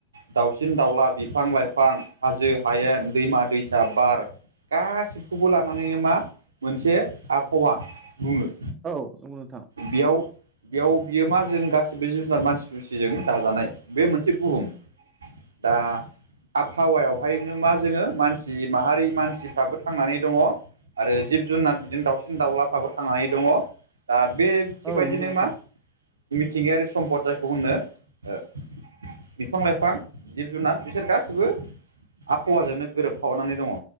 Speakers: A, on the right; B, on the right.
A: दाउसिन दाउला बिफां लाइफां हाजो हायेन दैमा दैसा बार गासिबखौबो लानानैनो मा मोनसे आबहावा बुङो।
B: औ नंगौ नोंथां।
A: बेयाव बेयाव बियो मा जों गासिबो जिब जुनार मानसि थुसिजों दाजानाय बे मोनसे बुहुम। दा आबहावायावहायनो मा जोङो मानसि माहारि मानसि दाबो थांनानै दङ। आरो जिब जुनार बिदिनो दाउसिन दाउलाफ्राबो थांनानै दङ दा बे थिग
B: औ
A: बदिनो
B: नंगौ नोंथां
A: मा मिथिंगायारि सम्पद जायखौ होनो ओ बिफां-लाइफां, जिब-जुनार बिसोर गासैबो आबहावाजोंनो गोरोबफावानानै दंङ'